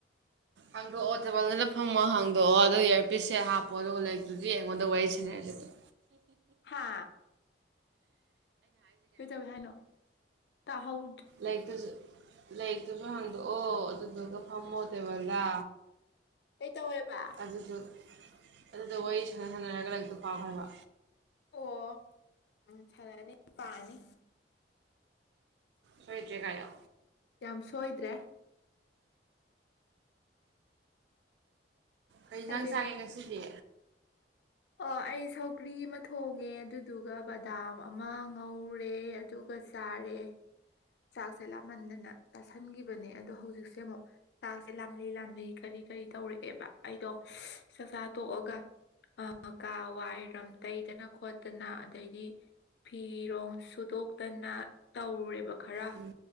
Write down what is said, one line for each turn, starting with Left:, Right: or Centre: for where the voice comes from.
Right: ꯍꯥꯡꯗꯣꯛꯑꯣ ꯇꯦꯕꯜꯅꯅ ꯐꯝꯃꯣ ꯍꯥꯡꯗꯣꯛꯑꯣ ꯑꯗꯨꯒꯣ ꯏꯌꯥꯔ ꯄꯤꯁꯁꯦ ꯍꯥꯞꯄ ꯄꯣꯗꯣ ꯂꯥꯏꯔꯤꯛꯇꯨꯗꯤ ꯑꯩꯉꯣꯟꯗ ꯋꯥꯔꯤ ꯁꯥꯟꯅꯔꯁꯦꯗꯣ
Left: ꯍꯥ ꯀꯩ ꯇꯧꯋꯦ ꯍꯥꯏꯅꯣ ꯇꯥꯍꯧ
Right: ꯂꯥꯏꯛꯛꯇꯁꯨ ꯂꯩꯥꯏꯛꯛꯇꯁꯨ ꯍꯪꯗ ꯑꯣ ꯑꯗꯨꯗꯨꯒ ꯐꯝꯃꯣ ꯇꯦꯕꯜꯗ
Left: ꯀꯩ ꯇꯧꯋꯦꯕ
Right: ꯑꯗꯨꯗꯨ ꯑꯗꯨꯗ ꯋꯥꯔꯤ ꯁꯥꯟꯅ ꯁꯥꯟꯅꯔꯒ ꯍꯛꯇ ꯄꯥꯎꯈ꯭ꯔꯕ
Left: ꯑꯣ ꯎꯝ ꯐꯔꯅꯤ ꯄꯥꯅꯤ
Right: ꯁꯣꯏꯗꯦꯒꯌꯥ
Left: ꯌꯥꯝ ꯁꯣꯏꯗ꯭ꯔꯦ
Right: ꯑꯩ ꯏꯟꯖꯥꯡ
Left: ꯑꯩꯁꯦ
Right: ꯆꯥꯒꯦ ꯉꯁꯤꯗꯤ
Left: ꯑꯣ ꯑꯩ ꯁꯧꯒ꯭ꯔꯤ ꯑꯃ ꯊꯣꯡꯉꯦ ꯑꯗꯨꯗꯨꯒ ꯕꯗꯥꯝ ꯑꯃ ꯉꯧꯔꯦ ꯑꯗꯨꯒ ꯀꯖꯔꯦ ꯆꯥꯛꯁꯦ ꯂꯥꯞꯃꯟꯗꯅ ꯆꯥꯥꯁꯟꯈꯤꯕꯅꯦ ꯑꯗꯣ ꯍꯧꯖꯤꯛꯁꯦ ꯑꯃꯨꯛ ꯆꯥꯛꯁꯦ ꯂꯥꯝꯂꯤ ꯂꯥꯝꯂꯤ ꯀꯔꯤ ꯀꯔꯤ ꯇꯧꯔꯛꯑꯦꯕ ꯑꯩꯗꯣ ꯆꯥꯛꯆꯥ ꯇꯣꯛꯑꯒ ꯑ ꯀꯥ ꯋꯥꯏꯔꯝ ꯇꯩꯗꯅ ꯈꯣ ꯠꯇꯅ ꯑꯗꯩꯗꯤ ꯐꯤꯔꯣ ꯁꯨꯗꯣꯛꯇꯅ ꯇꯧꯔꯨꯔꯦꯕ ꯈꯔ
Right: ꯎꯝ